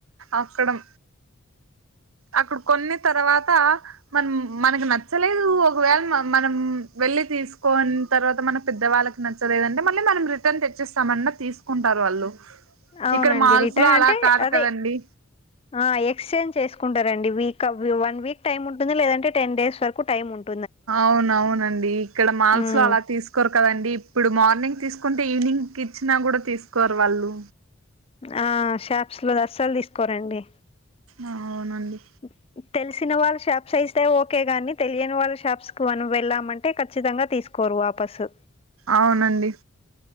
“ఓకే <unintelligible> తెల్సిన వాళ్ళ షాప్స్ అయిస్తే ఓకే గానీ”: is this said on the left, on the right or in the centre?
Left